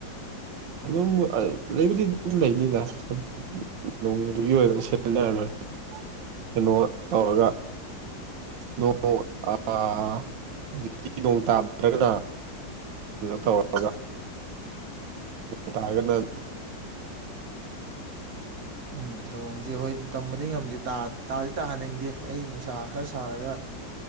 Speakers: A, on the right (about 80°); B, on the right (about 55°).
A: ꯑꯗꯨꯝ ꯑ ꯂꯩꯕꯨꯗꯤ ꯑꯗꯨꯝ ꯂꯩꯅꯤ <unintelligible> ꯅꯣꯡꯃꯗꯨꯒꯤ ꯑꯣꯏꯕ ꯁꯤꯟꯅꯔ ꯂꯣꯏ ꯀꯩꯅꯣ ꯇꯧꯔꯒ ꯅꯣ ꯑꯣ ꯑꯥ ꯍꯧꯖꯤꯛꯇꯤ ꯅꯣꯡ ꯇꯥꯗ꯭ꯔꯒꯅ <unintelligible> ꯇꯧꯔꯒ ꯇꯥꯒꯅ
B: ꯎꯝ ꯅꯣꯡꯁꯤ ꯍꯣꯏ ꯇꯝꯕꯗꯤ ꯉꯝꯗꯦ ꯇꯥ ꯇꯥꯗꯤ ꯇꯥꯍꯟꯅꯤꯡꯗꯦ ꯑꯩ ꯅꯨꯡꯁꯥ ꯈꯔ ꯁꯥꯔꯒ